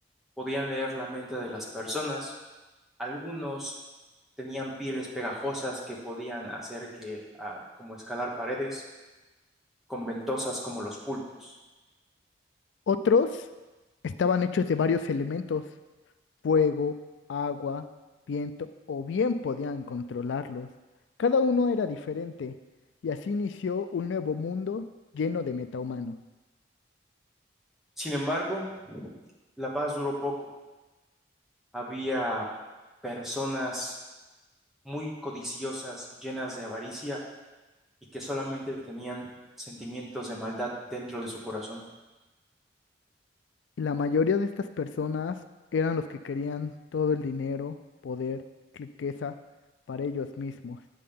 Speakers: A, in the centre; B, on the left.
A: podían leer la mente de las personas, algunos tenían pieles pegajosas que podían hacer que, ah, como escalar paredes, con ventosas como los pulpos.
B: Otros estaban hechos de varios elementos fuego, agua, viento, o bien podían controlarlos. Cada uno era diferente, y así inició un nuevo mundo lleno de metahumanos.
A: Sin embargo, la paz duró poco. Había personas muy codiciosas, llenas de avaricia y que solamente tenían sentimientos de maldad dentro de su corazón.
B: Y la mayoría de estas personas eran los que querían todo el dinero, poder, riqueza para ellos mismos.